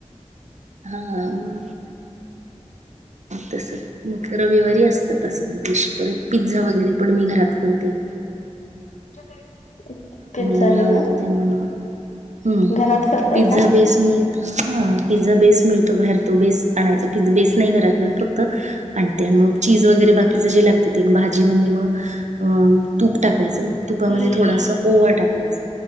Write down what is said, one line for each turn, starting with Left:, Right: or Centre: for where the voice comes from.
Right: हा म तसं मग रविवारी असतं तसं मग डिश परत पिझ्झा वगैरे पण मी घरात करते
Left: <unintelligible> पिझ्झा
Right: मुलांना
Left: हे
Right: आवडतं
Left: व्हय
Right: त्यामुळे म हम
Left: घरात करतायसा
Right: पिझ्झा बेस मिळत हा पिझ्झा बेस मिळतो बाहेर तो बेस आणायचा. बेस नाही घरात फक्त आणते मग चीज वगैरे बाकीच जे लागतं ते भाजी म्हणजे म तूप टाकायचं तुपा
Left: हम्म
Right: मध्ये थोडासा ओवा टाकायचा